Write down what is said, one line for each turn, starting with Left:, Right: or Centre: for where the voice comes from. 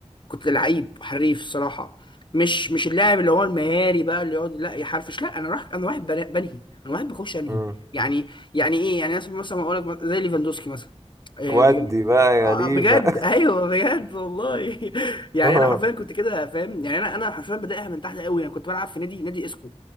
Left: كنت لعيب حريف الصراحه مش مش اللاعب اللي هو المهاري بقى اللي يقعد لا يحرفش لا انا راح انا واحد بنا- بنهي انا واحد بخش انهي
Right: مم.
Left: يعني يعني ايه يعني مثلا مثلا اقول لك زي ليفاندوسكي مثلا آه، يعني
Right: ودي بقى يا
Left: آه،
Right: ليفا
Left: آه، بجد <laughs> ايوه بجد والله <laughs> يعني
Right: <laughs> آه.
Left: انا حرفيا كنت كده فاهم يعني انا انا حرفيا بدايها من تحت قوي انا كنت بلعب في نادي نادي اسكو